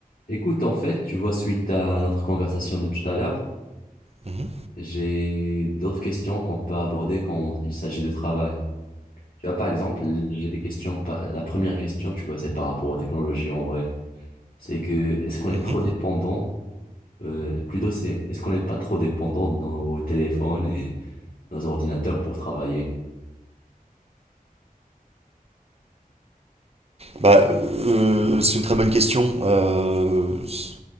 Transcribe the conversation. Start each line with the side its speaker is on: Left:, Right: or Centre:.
Left: Écoute, en fait, tu vois, suite à notre conversation de tout à l'heure,
Right: Mhm,
Left: j'ai d'autres questions qu'on peut aborder quand il s'agit de travail. Tu vois, par exemple, j'ai des questions. par- La première question, tu vois, c'est par rapport aux technologies en vrai. C'est que, est-ce qu'on est
Right: mhm.
Left: trop dépendant? euh, plutôt, c'est, est-ce qu'on n'est pas trop dépendant de nos téléphones et nos ordinateurs pour travailler?
Right: Bah, euh, c'est une très bonne question. Euh, s-